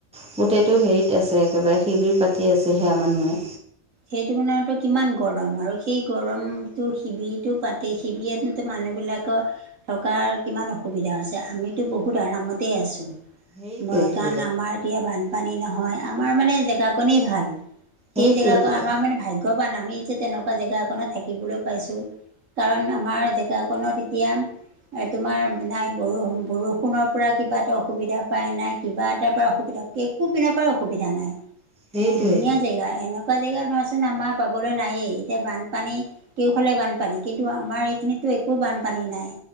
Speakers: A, in the centre; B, on the right.
A: গোটেইটো হেৰিত আছে, একেবাৰে শিবিৰ পাতি আছে সেয়া মানুহে।
B: সেইটো মনেতো কিমান গৰম আৰু সেই গৰমটো শিবিৰটো পাতেই। শিবিয়েটো মানুহবিলাকৰ থকাৰ কিমান অসুবিধা হৈছে আমিতো বহুত আৰামতেই আছোঁ
A: সেইটোৱেইতো
B: বাগান আমাৰ এতিয়া বানপানী নহয় আমাৰ মানে জেগা কনেই ভাল সেই
A: সেইটোৱেইতো
B: জেগা ভাগ‌্যবান আমি যে তেনেকুৱা জেগা অকনত থাকিবলৈ পাইছো কাৰণ আমাৰ খনত এতিয়া তোমাৰ নাই ব বৰষুণৰ পৰা কিবা এটা অসুবিধা পায় নাই কিবা এটাৰ পৰা অসুবিধা পায় একো পিনৰ পৰা অসুবিধা নাই
A: সেইটোৱেইটো
B: বহুত ধুনীয়া জেগা এনেকুৱা, থকা জেগাত ধোৱাচোন আমাৰ পাবলৈ নায়েই এতিয়া বানপানী কেওফালে বানপানী কিন্তু আমাৰ এইখিনিতো একো বানপানী নাই।